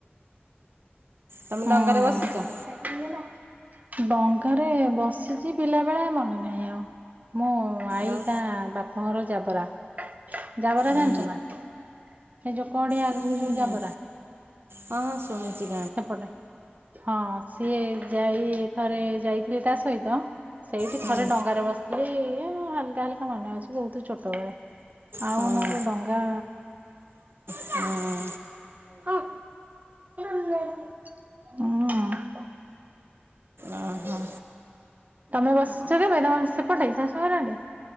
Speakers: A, on the right (about 75°); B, on the right (about 40°).
A: ତମେ
B: ହଁ
A: ଡଙ୍ଗାରେ ବସିଚ?
B: <inaudible> ଡଙ୍ଗାରେ ବସିଛି ପିଲା ବେଳେ, ମନେ ନାହିଁ ଆଉ ମୁଁ ଆଈ
A: ଆଉ
B: ତା ବାପାଘର ଜାବରା। ଜାବରା
A: ଉଁ
B: ଜାଣିଛ ନା? ଏ ଯୋଉ କଡିଆ ଆଗକୁ
A: ହୁଁ,
B: ଯୋଉ ଜାବରା
A: ହଁ ଶୁଣିଚି।
B: ସେପଟେ, ହଁ ସିଏ ଯାଇ ଥରେ ଯାଇଥିଲି ତା ସହିତ ସେଇଠି
A: ହଁ
B: ଥରେ ଡଙ୍ଗାରେ ବସିଥିଲି, ଏ ହାଲକା, ହାଲକା ମନେ ଅଛି ବହୁତ ଛୋଟ ବେଳେ ଆଉ
A: ହଁ
B: ନୁହେଁ ଡଙ୍ଗା
A: ହଁ
B: ହଁ ହୁଁ ହଁ।
A: ଓ ହୋ।
B: ତମେ ବସିଛ କେବେ? ତମେ ସେପଟେ ଶାଶୁ ଘରଆଡେ?